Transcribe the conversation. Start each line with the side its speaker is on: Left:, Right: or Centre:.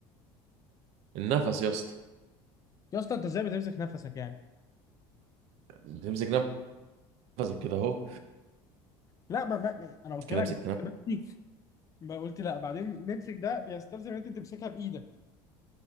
Right: النفس يا اسطى
Left: يا اسطى انت ازاي بتمسك نفسك يعني
Right: بتمسك نفسك كده اهو
Left: لا ما, ما, ما انا قلت
Right: كده
Left: لك
Right: امسك
Left: دلوقتي- ما قلت لا بعدين نمسك ده بيستلزم ان انت تمسكها بايدك